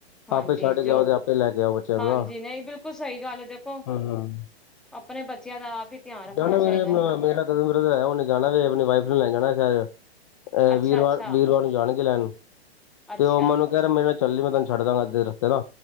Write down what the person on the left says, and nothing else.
ਆਪੇ ਛੱਡ ਕੇ
ਆਓ ਤੇ ਆਪੇ ਲੈ ਕੇ ਆਓ ਬੱਚਿਆਂ ਨੂੰ
ਨਾ
ਹਮ ਹਮ
ਜਾਣਾ
ਮੇਰੇ ਆਪਣਾ
ਮੇਰਾ ਕਦਨ ਬ੍ਰਦਰ ਹੈ ਉਹਨੇ ਜਾਣਾ ਵੇ ਆਪਣੀ ਵਾਈਫ ਨੂੰ ਲੈ ਜਾਣਾ ਸ਼ਾਇਦ ਅਹ
ਵੀਰਵਾਰ
ਵੀਰਵਾਰ ਨੂੰ ਜਾਣਗੇ ਲੈਣ
ਤੇ ਉਹ ਮੈਨੂੰ ਕਹਿ ਰਿਹਾ ਮੇਨੂੰ ਚੱਲੀ ਮੈਂ ਤੈਨੂੰ ਛੱਡ ਦਾਂਗਾ ਅੱਧੇ ਰਸਤੇ ਨਾ